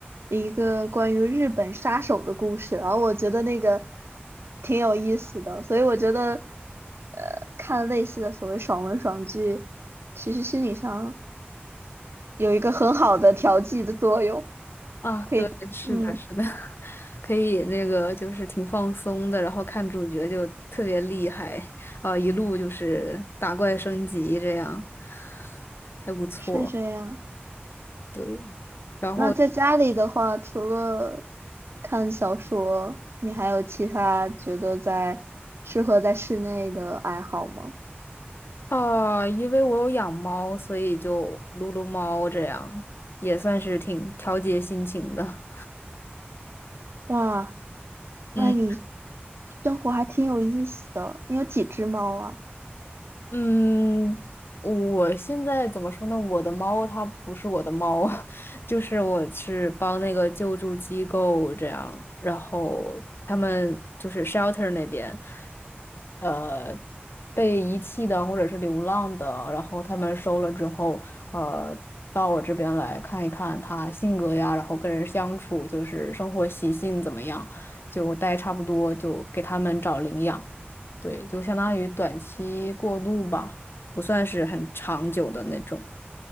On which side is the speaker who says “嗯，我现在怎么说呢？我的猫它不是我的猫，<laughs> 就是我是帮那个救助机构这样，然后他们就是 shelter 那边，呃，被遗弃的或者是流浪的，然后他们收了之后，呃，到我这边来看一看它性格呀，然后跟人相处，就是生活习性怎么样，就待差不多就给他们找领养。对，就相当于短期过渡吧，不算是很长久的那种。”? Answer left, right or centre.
Left